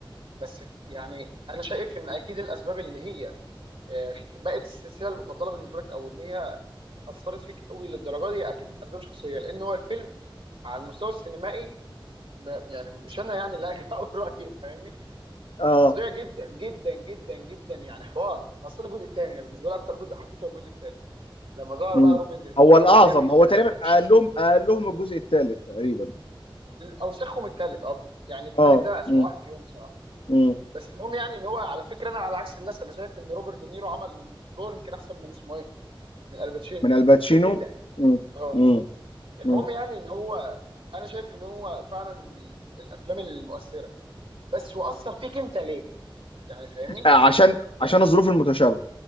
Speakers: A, on the right; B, on the left.
A: بس يعني انا شايف ان اكيد الاسباب اللي هي آه، بقت السلسله المفضله بالنسبه لك او ان هي اثرت فيك قوي للدرجه دي اكيد اسباب شخصيه لان هو الفيلم على المستوى السينمائي ما يعني مش انا يعني اللي هاجي <laughs> اقول رايي فاهمني
B: اه
A: فظيع جدا جدا جدا جدا يعني حوار اصلا الجزء الثاني بالنسبه لي اكتر جزء حبيته هو الجزء الثاني لما ظهر
B: مم.
A: بقى روبن دي...
B: هو
A: روبرت
B: الاعظم
A: دينيرو حكى
B: هو
A: لك
B: تقريبا
A: تاريخ الشخصيه
B: قال لهم قال لهم الجزء الثالث تقريبا
A: اوسخهم التالت اه يعني التالت
B: اه
A: ده اسوء
B: مم.
A: واحد فيهم بصراحه
B: مم.
A: بس المهم يعني ان هو على فكره انا على عكس الناس انا شايف ان روبرت دينيرو عمل دور يمكن احسن من اسمه ايه من الباتشينو
B: من الباتشينو
A: بكتير جدا
B: مم.
A: اه
B: مم.
A: المهم
B: مم.
A: يعني ان هو انا شايف ان هو فعلا من, من الافلام المؤثره بس هو اثر فيك انت ليه يعني فاهمني
B: آه، عشان عشان الظروف المتشابهه